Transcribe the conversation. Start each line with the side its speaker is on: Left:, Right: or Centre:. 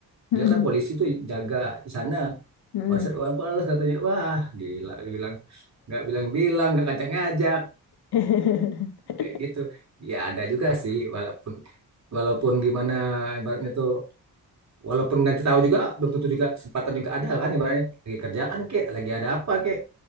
Left: <laughs>
Right: dia kan polisi tuh jaga di sana.
Left: Hmm.
Right: Pasar Iwan Fals katanya, wah gila Dia bilang nggak bilang-bilang, nggak kacang ngajak
Left: <laughs>
Right: kayak gitu. Ya ada juga sih, walaupun walaupun gimana ibaratnya tuh, walaupun nanti tahu juga belum tentu juga kesempatan juga ada kan ibaratnya lagi kerjaan kek, lagi ada apa kek,